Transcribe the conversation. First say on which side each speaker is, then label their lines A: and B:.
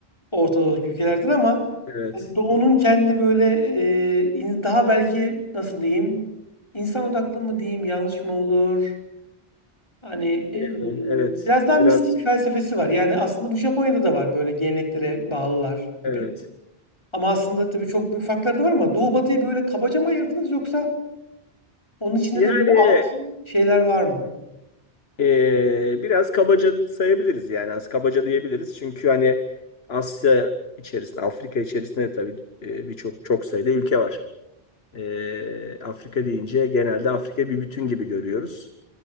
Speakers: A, on the left; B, on the left.
A: Orta Doğu'daki ülkelerden ama
B: evet.
A: hani Doğu'nun kendi böyle e, in- daha belki nasıl diyeyim insan odaklı mı diyeyim yanlış mı olur? Hani e,
B: Yani, evet,
A: biraz daha mistik
B: biraz,
A: felsefesi var. Yani aslında bu Japonya'da da var böyle geleneklere bağlılar gibi.
B: evet.
A: Ama aslında tabii çok büyük farklar da var ama Doğu Batı'yı böyle kabaca mı ayırdınız yoksa onun içinde
B: Yani
A: de böyle alt şeyler var mı?
B: e, biraz kabaca sayabiliriz yani. Az kabaca diyebiliriz. Çünkü hani Asya içerisinde, Afrika içerisinde tabii e, birçok çok sayıda ülke var. Ee, Afrika deyince genelde Afrika bir bütün gibi görüyoruz.